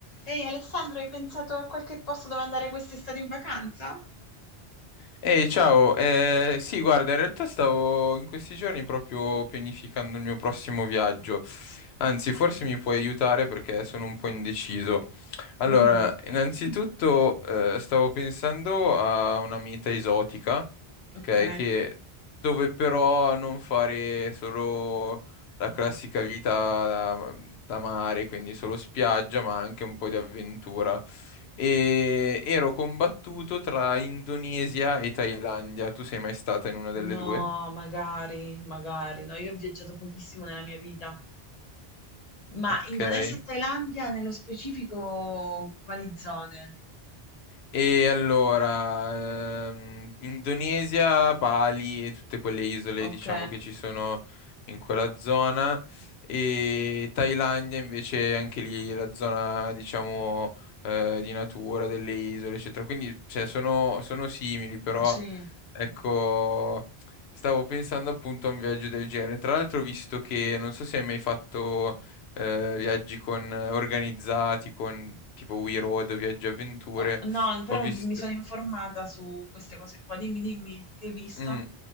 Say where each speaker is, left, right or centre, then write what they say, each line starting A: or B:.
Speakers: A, on the left (about 45°); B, on the left (about 75°).
A: Ehi Alessandro, hai pensato a qualche posto dove andare quest'estate in vacanza?
B: Ehi, ciao. Eh, sì, guarda, in realtà stavo in questi giorni proprio pianificando il mio prossimo viaggio. Anzi, forse mi puoi aiutare perché sono un po' indeciso. Allora,
A: Dimmi,
B: innanzitutto eh, stavo pensando a una meta esotica,
A: ok?
B: ok, che dove però non fare solo la classica vita da, da mare, quindi solo spiaggia, ma anche un po' di avventura. E ero combattuto tra Indonesia e Thailandia. Tu sei mai stata in una delle
A: No,
B: due?
A: magari, magari. No, io ho viaggiato pochissimo nella mia vita. Ma
B: Ok.
A: Indonesia e Thailandia, nello specifico, quali zone?
B: E allora, ehm, Indonesia, Bali e tutte quelle isole,
A: Ok?
B: diciamo, che ci sono in quella zona. E Thailandia invece anche lì la zona, diciamo, eh, di natura, delle isole, eccetera. Quindi, cioè, sono, sono simili, però,
A: Sì.
B: ecco, stavo pensando appunto a un viaggio del genere. Tra l'altro, ho visto che, non so se hai mai fatto, eh, viaggi con, organizzati, con tipo We Road o Viaggi Avventure.
A: Oh, no, però
B: Ho visto,
A: vi- mi sono informata su queste cose qua. Dimmi, dimmi, che hai visto?
B: mm,